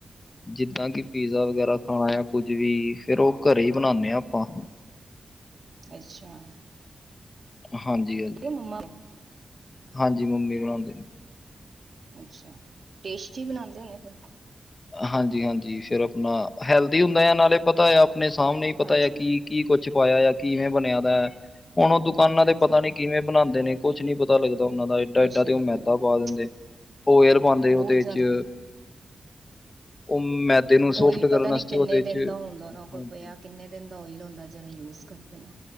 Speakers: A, on the left; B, on the right.
A: ਜਿੱਦਾਂ ਕਿ ਪੀਜ਼ਾ ਵਗੈਰਾ। ਖਾਣਾ ਆ ਕੁੱਝ ਵੀ ਫੇਰ ਉਹ ਘਰੇ ਹੀ ਬਣਾਉਦੇ ਹਾਂ ਆਪਾਂ।
B: ਅੱਛਾ।
A: ਹਾਂਜੀ ਹਾਂਜੀ।
B: ਇਹ ਮੰਮਾ
A: ਹਾਂਜੀ ਮੰਮੀ ਬਣਾਉਂਦੇ ਨੇ।
B: ਅੱਛਾ ਟੇਸਟੀ ਬਣਾਉਂਦੇ ਹੋਣੇ ਫਿਰ।
A: ਹਾਂਜੀ ਹਾਂਜੀ ਫਿਰ ਆਪਣਾ ਹੈਲਦੀ ਹੁੰਦਾ ਆ ਨਾਲੇ ਪਤਾ ਆ। ਆਪਣੇ ਸਾਹਮਣੇ ਹੀ ਪਤਾ
B: ਹਾਂਜੀ,
A: ਹੈ ਕੀ ਕੀ ਕੁਛ ਪਾਇਆ ਆ ਕਿਵੇਂ ਬਣਿਆ ਦਾ ਹੈ। ਹੁਣ ਉਹ ਦੁਕਾਨਾਂ
B: ਹਾਂਜੀ,
A: ਤੇ ਪਤਾ
B: ਹਾਂਜੀ
A: ਨੀ ਕਿਵੇਂ ਬਣਾਉਂਦੇ ਨੇ ਕੁਛ ਨੀ ਪਤਾ ਲੱਗਦਾ। ਉਹਨਾਂ ਦਾ ਏਡਾ
B: ਕੁਛ
A: ਏਡਾ ਤੇ
B: ਨੀ
A: ਉਹ
B: ਪਤਾ
A: ਮੈਦਾ
B: ਲੱਗਦਾ।
A: ਪਾ ਦਿੰਦੇ ਓਇਲ ਪਾਉਂਦੇ ਉਹਦੇ
B: ਬਹੁਤ ਜ਼ਿਆਦਾ
A: ਚ। <inaudible> <inaudible>
B: ਉਹੀ
A: ਕਰਨ
B: ਪਤਾ ਨਹੀਂ
A: ਆਸਤੇ
B: ਕਿੰਨੇ
A: ਉਹਦੇ
B: ਦਿਨ
A: 'ਚ
B: ਦਾ ਹੁੰਦਾ
A: ਹਾਂਜੀ।
B: ਪਿਆ ਕਿੰਨੇ ਦਿਨ ਦਾ ਓਇਲ ਹੁੰਦਾ ਜਿਹੜਾ ਯੂਜ ਕਰਦੇ ਨੇ।